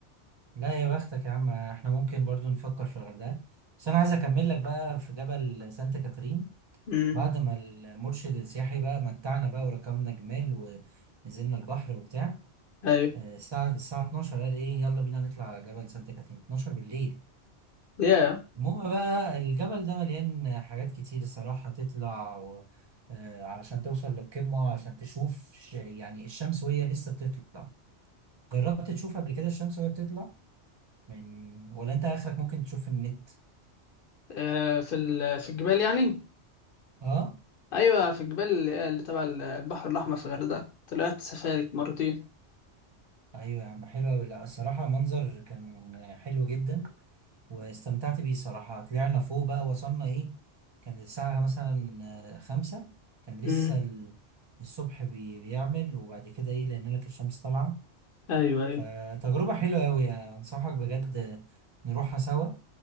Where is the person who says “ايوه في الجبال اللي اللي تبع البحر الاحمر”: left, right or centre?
Left